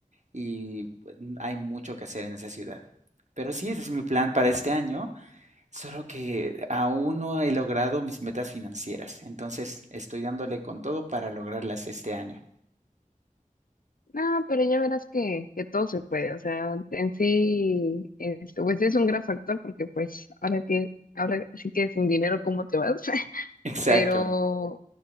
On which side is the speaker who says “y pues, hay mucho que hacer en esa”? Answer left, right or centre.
Right